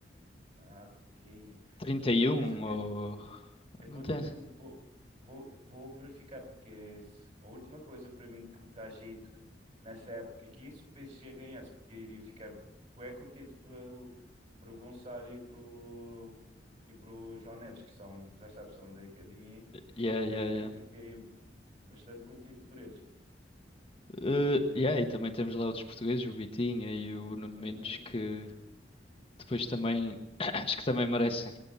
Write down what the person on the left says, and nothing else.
trinta
e
um
ou.
Não
tem.
Yeah,
yeah, yeah.
Eh, yeah, e também temos lá outros portugueses, o Vitinha e o Nuno Mendes,
que Depois também, <clears throat> acho que também merecem.